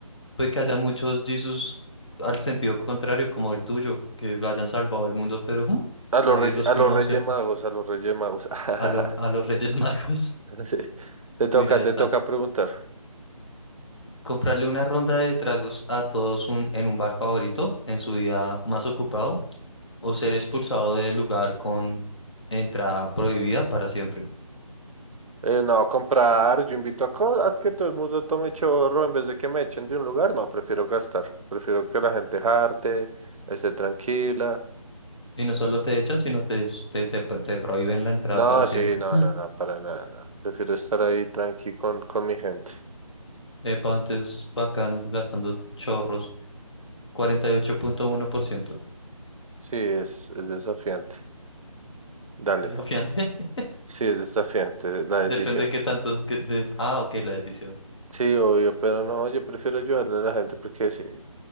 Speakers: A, on the left (about 50°); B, on the right (about 65°).
A: puede que haya muchos Jesus al sentido contrario, como el tuyo, que hayan salvado el mundo, pero mm,
B: a los
A: nadie
B: rey-
A: los
B: a
A: conoce.
B: los Reyes Magos, a los Reyes Magos. <laughs>
A: A los, a los Reyes Magos.
B: Sí. Te toca,
A: <laughs> Mira esta.
B: te toca preguntar.
A: Comprarle una ronda de tragos a todos un- en un bar favorito en su día más ocupado o ser expulsado del lugar con entrada prohibida para siempre.
B: Eh, no, comprar, yo invito a, co- a que todo el mundo tome chorro en vez de que me echen de un lugar. No, prefiero gastar. Prefiero que la gente jarte, esté tranquila.
A: Y no solo te echan, sino te, ex- te, te pro- te prohíben la entrada
B: No,
A: para siempre.
B: sí, no,
A: Mm.
B: no,
A: <laughs>
B: no, para nada, no. Prefiero estar ahí tranqui con, con mi gente.
A: Epa, antes bacano, gastando chorros. 48.1%.
B: Sí, es, es desafiante. Dale.
A: Desafiante. <laughs>
B: Sí, es desafiante la decisión.
A: Depende de qué tanto. que- de- Ah, ok, la decisión.
B: Sí, obvio, pero no, yo prefiero ayudarle a la gente porque sí,